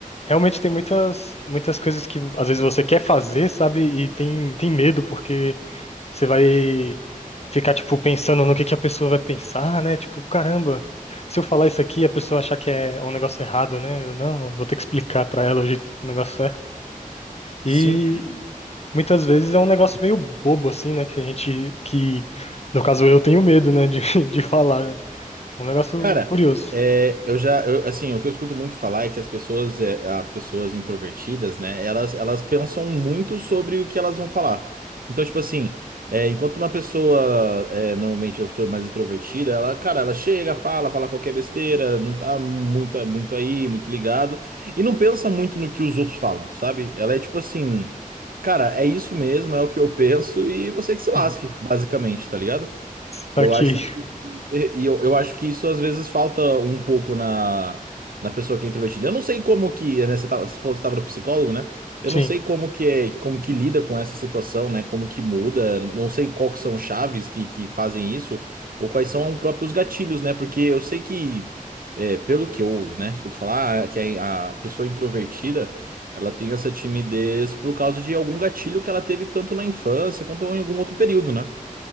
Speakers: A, on the left (about 45°); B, on the right (about 85°).
A: Realmente tem muitas, muitas coisas que às vezes você quer fazer, sabe? E tem, tem medo, porque você vai ficar, tipo, pensando no que que a pessoa vai pensar, né? Tipo, caramba, se eu falar isso aqui, a pessoa achar que é um negócio errado, né? Eu não, vou ter que explicar pra ela hoje o negócio é. E
B: Sim,
A: muitas vezes é um negócio meio bobo, assim, né? Que a gente, que, no caso, eu tenho medo, né? De, <laughs> de falar, né? É um negócio
B: Cara,
A: curioso.
B: é, eu já, eu, assim, o que eu escuto muito falar é que as pessoas, é, as pessoas introvertidas, né, elas, elas pensam muito sobre o que elas vão falar. Então, tipo assim, é, enquanto uma pessoa, é, normalmente, uma pessoa mais extrovertida, ela, cara, ela chega, fala, fala qualquer besteira, não tá muito, muito aí, muito ligado, e não pensa muito no que os outros falam, sabe? Ela é tipo assim, cara, é isso mesmo, é o que eu penso e você que se lasque,
A: Uhum.
B: basicamente, tá ligado?
A: Tá
B: Eu
A: aqui.
B: acho que e eu, eu acho que isso às vezes falta um pouco na, na pessoa que é introvertida. Eu não sei como que, né, você tava, você falou que você estava no psicólogo, né? Eu
A: Sim.
B: não sei como que é, como que lida com essa situação, né? Como que muda, não sei qual que são chaves que, que fazem isso ou quais são os próprios gatilhos, né? Porque eu sei que, é, pelo que eu, né, escuto falar, ah, que a, a pessoa introvertida, ela tem essa timidez por causa de algum gatilho que ela teve tanto na infância quanto em algum outro período, né?